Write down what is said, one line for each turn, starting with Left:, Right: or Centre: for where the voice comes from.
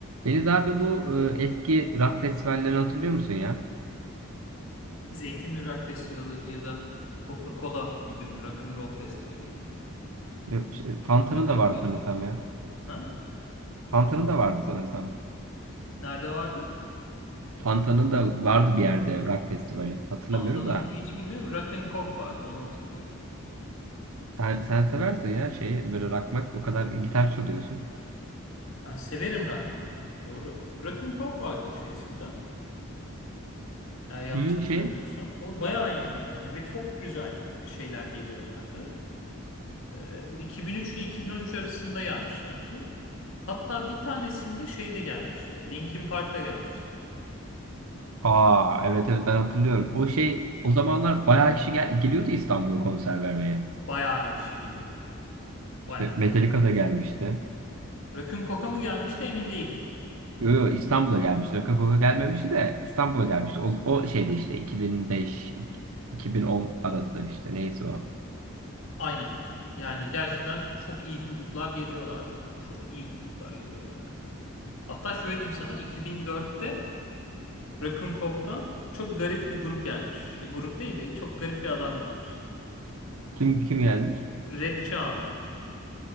Right: Deniz abi bu e, eski rock festivallerini hatırlıyor musun ya?
Left: Zeytinli Rock Festivali ya da Coca-Cola gibi mi? Rock and Roll Festivali gibi mi?
Right: Yok, şey, Fanta'nın
Left: Rock
Right: da
Left: and
Right: vardı
Left: Coke'tu.
Right: sanırsam ya.
Left: Ha?
Right: Fanta'nın da vardı sanırsam.
Left: Nerede vardı?
Right: Fanta'nın da vardı bir yerde rock festivali. Hatırlamıyorum
Left: Fanta'nınkini
Right: da.
Left: hiç bilmiyorum. Rock and Coke vardı onu hatırlıyorum.
Right: Sen, sen seversin ya şeyi böyle rockmak o kadar gitar çalıyorsun.
Left: Ben severim rakmak. Doğru. Rock and Coke vardı işte eskiden. Eğer yanlış
Right: İyi
Left: hatırlamıyorsam.
Right: şey.
Left: O bayağı iyiydi yani ve çok güzel şeyler geliyorlardı. Ee, bu 2003 ile 2013 arasında gelmişlerdi. Hatta bir tanesinde şey de gelmişti. Linkin Park da gelmişti.
Right: Aa evet evet ben hatırlıyorum. O şey o zamanlar bayağı kişi gel- geliyordu İstanbul'a konser vermeye.
Left: Bayağı bir kişi geliyordu. Bayağı.
Right: İşte Metallica da gelmişti.
Left: Rakun Koka mı gelmişti emin değilim.
Right: Yo, yo, İstanbul'a gelmişti. Rock'n'Roll'a gelmemişti de İstanbul'a gelmişti. O, o şeyde işte 2005 2010 arası işte neyse o.
Left: Aynen. Yani gerçekten çok iyi gruplar geliyorlardı. Çok iyi gruplar geliyordu hakikaten. Hatta şöyle diyeyim sana 2004'te Rakun Kok'ta çok garip bir grup gelmiş. E, grup değil de çok garip bir adam gelmiş.
Right: Kim kim gelmiş?
Left: Rapçi abi.